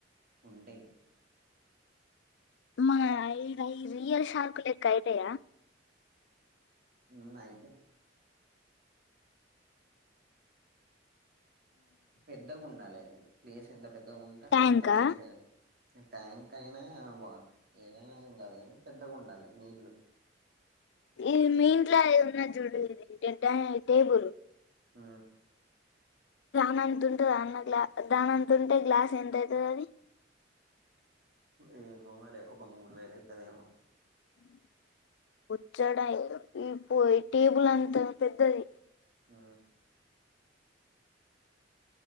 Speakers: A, on the right; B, on the left.
A: ఉంటాయి
B: మా ఇ రై రియల్ షార్క్ లెక్క అయ్యుండయా
A: ఉ అయితేయి పెద్దగుండాలే ప్లేస్ ఎంత పెద్దగుంటే
B: ట్యాంకా
A: అంత మంచిది ట్యాంక్ అయినా వా ఏదైనా ఏం కాదు కాని పెద్దగుండాలే నీళ్ళు
B: ఇది మీంట్లో ఇదున్నది చూడు ఇది డెడ్డా టేబులు
A: ఆ
B: దాన అంతంటుందా అన్న గ్లా దానంతఉంటే గ్లాస్ ఎంత అయితది అది
A: ఏమో మరే ఒక మూడు వేల అయితదేమో
B: వచ్చాడ ఈ పో టేబుల్ అంతా పెద్దది
A: ఆ